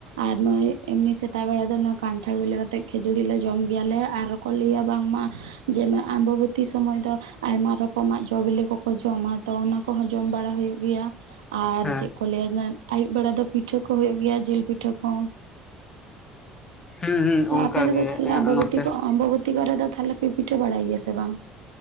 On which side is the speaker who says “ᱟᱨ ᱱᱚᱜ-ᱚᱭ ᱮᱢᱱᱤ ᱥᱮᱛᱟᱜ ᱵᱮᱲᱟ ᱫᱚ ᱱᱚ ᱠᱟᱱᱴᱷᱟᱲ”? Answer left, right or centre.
Right